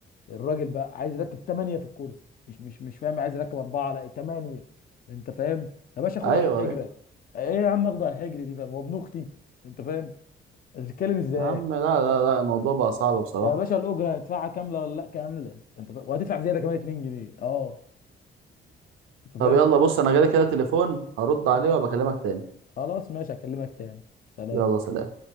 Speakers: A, on the left; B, on the right.
A: الراجل بقى عايز يركب ثمانيه في الكرسي مش مش مش فاهم عايز يركب اربعه لا ثمانيه انت فاهم يا باشا خده
B: ايوه
A: على حجره
B: ايوه
A: ايه يا عم اخده على الحجر دي فاهم هو ابن اختي انت فاهم تتكلم ازاي
B: يا عم لا لا لا الموضوع بقى صعب بصراحه
A: طب يا باشا الاجره هندفعها كامله ولا لا كامله انت فا... وهتدفع زياده كمان 2 جنيه اه انت فاهم
B: طب يلا بص انا جالي كده تليفون هرد عليه وابقى اكلمك تاني
A: خلاص ماشي هكلمك تاني سلام
B: يلا سلام